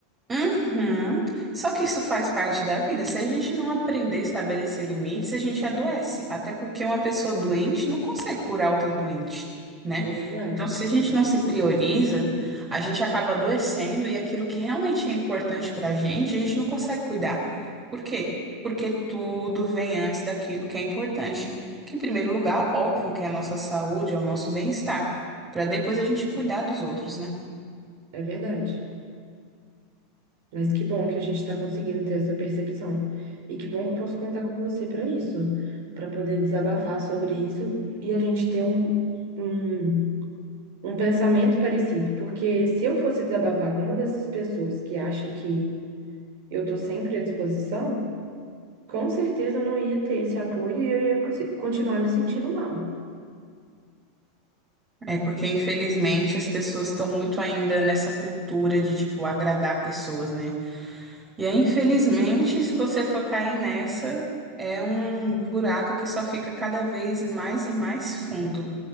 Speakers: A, on the right; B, on the right.
A: Uhum. Só que isso faz parte da vida. Se a gente não aprender a estabelecer limites, a gente adoece. Até porque uma pessoa doente não consegue curar outra doente, né?
B: É verdade,
A: Então, se a gente não se prioriza, a gente acaba adoecendo e aquilo que realmente é importante pra gente, a gente não consegue cuidar. Por quê? Porque tudo vem antes daquilo que é importante. Que, em primeiro lugar, óbvio que é a nossa saúde, é o nosso bem-estar, para depois a gente cuidar dos outros, né?
B: é verdade. Mas que bom que a gente está conseguindo ter essa percepção. E que bom que eu posso contar com você para isso, para poder desabafar sobre isso e a gente ter um, um, um pensamento parecido. Porque se eu fosse desabafar com uma dessas pessoas que acha que eu estou sempre à disposição, com certeza eu não ia ter esse apoio e eu ia consi- continuar me sentindo mal.
A: É porque, infelizmente, as pessoas estão muito ainda nessa cultura de, tipo, agradar pessoas, né? E aí, infelizmente, se você for cair nessa, é um buraco que só fica cada vez mais e mais fundo,